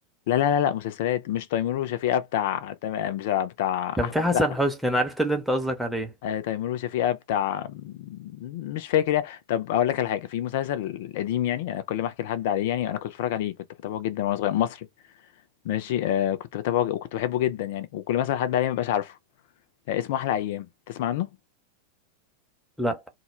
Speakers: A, on the left; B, in the centre.
A: لا لا لا لا مسلسلات مش تيمور وشفيقة بتاع تم- مش بتاع
B: كان
A: احمد
B: في حسن
A: سقا
B: حسني أنا عرفت اللي أنت قصدك عليه
A: آه، تيمور وشفيقة بتاع مش فاكر يعني طب اقول لك على حاجه في مسلسل قديم يعني انا كل ما احكي لحد عليه يعني انا كنت بتفرج عليه كنت بتابعه جدا وانا صغير مصري ماشي آه كنت بتابعه ج- وكنت بحبه جدا يعني وكل ما اسال حد عليه ما بقاش عارفه آه اسمه احلى ايام تسمع عنه
B: لا